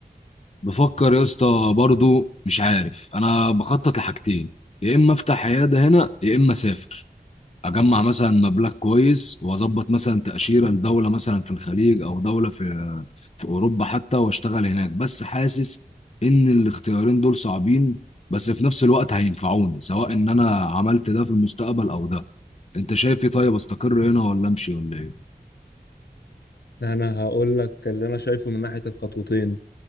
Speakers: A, on the left (about 40°); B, on the left (about 85°).
A: بفكر يا اسطى برضو مش عارف انا بخطط لحاجتين يا اما افتح عياده هنا يا اما اسافر اجمع مثلا مبلغ كويس واظبط مثلا تاشيره لدوله مثلا في الخليج او دوله في في اوروبا حتى واشتغل هناك بس حاسس ان الاختيارين دول صعبين بس في نفس الوقت هينفعوني سواء ان انا عملت ده في المستقبل او ده انت شايف ايه طيب استقر هنا ولا امشي ولا ايه
B: انا هقول لك اللي انا شايفه من ناحية الخطوتين